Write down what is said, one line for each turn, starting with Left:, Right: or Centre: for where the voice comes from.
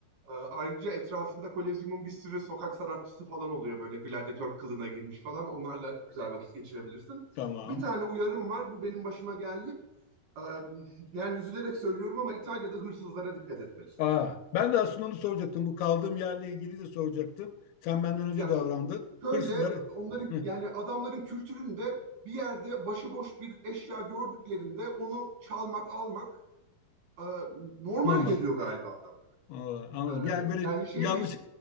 Right: Ee, Ayrıca etrafında Kolezyum'un bir sürü sokak sanatçısı falan oluyor böyle gladyatör kılığına girmiş falan. Onlarla güzel vakit geçirebilirsin.
Left: Tamam.
Right: Bir tane uyarım var. Bu benim başıma geldi. Ee, yani üzülerek söylüyorum ama İtalya'da hırsızlara dikkat etmelisin.
Left: Aa, ben de aslında onu soracaktım. Bu kaldığım yerle ilgili de soracaktım. Sen benden önce
Right: Ya
Left: davrandın.
Right: şöyle
Left: Hırsızları.
Right: onların
Left: Hı,
Right: yani adamların kültüründe bir yerde başıboş bir eşya gördüklerinde onu çalmak almak e, normal
Left: normal.
Right: geliyor galiba adamlara.
Left: Aa, anladım.
Right: Ee,
Left: Yani böyle
Right: yani şey
Left: yanlış
Right: değil.